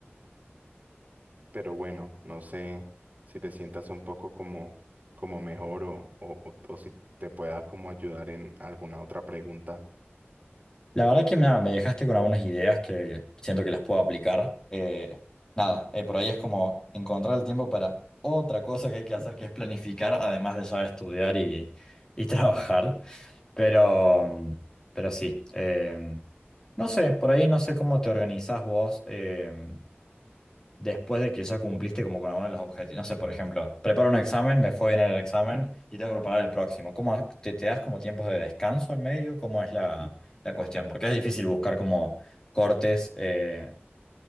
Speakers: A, on the right; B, on the left.
A: Pero bueno, no sé si te sientas un poco como, como mejor o, o, o o si te pueda como ayudar en alguna otra pregunta.
B: La verdad que mira, me dejaste con algunas ideas que siento que las puedo aplicar. Eh, nada, eh, por ahí es como encontrar el tiempo para otra cosa que hay que hacer, que es planificar, además de ya estudiar y, y <laughs> trabajar. Pero, pero sí, eh, no sé, por ahí no sé cómo te organizás vos. eh, después de que ya cumpliste como con alguno de los objetivos. No sé, por ejemplo, preparo un examen, me fue bien en el examen y tengo que preparar el próximo. ¿Cómo ha- te, te das como tiempos de descanso en medio? ¿Cómo es la, la cuestión? Porque es difícil buscar como cortes eh,